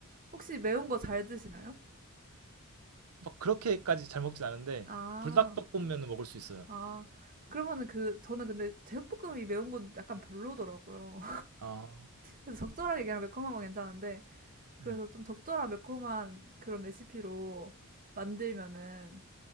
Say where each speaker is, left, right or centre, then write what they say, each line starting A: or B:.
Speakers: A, on the right; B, on the right.
A: 혹시 매운 거 잘 드시나요?
B: 막 그렇게까지 잘 먹진 않은데
A: 아,
B: 불닭볶음면은 먹을 수 있어요.
A: 아. 그러면은 그, 저는 근데 제육볶음이 매운 건 약간 별로더라고요.
B: 아,
A: 그래서 적절하게 그냥 매콤한 건 괜찮은데
B: 네.
A: 그래서 좀 적절한 매콤한 그런 레시피로 만들면은